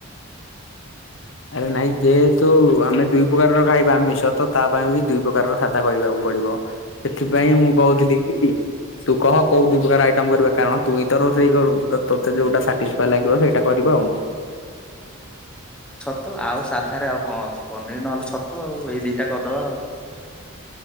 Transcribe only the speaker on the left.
ଆରେ ନାଇଁ ଯେହେତୁ ଆମେ ଦୁଇ ପ୍ରକାରର ଖାଇବା ଆମିଷ ତ ତା ପାଇଁ ବି ଦୁଇ ପ୍ରକାରର ସାଧା କରିବାକୁ ପଡିବ। ସେଥିପାଇଁ ମୁଁ କହୁଥିଲି କି ତୁ କହ କୋଉ ଦି ପ୍ରକାର ଆଇଟମ କରିବା କାରଣ ତୁଇଁ ତ ରୋଷେଇ କରୁ ତୋତେ ଯୋଉଟା ସାଟିସ୍ଫଏ ଲାଗିବ ସେଇଟା କରିବୁ। ବନ୍ଗ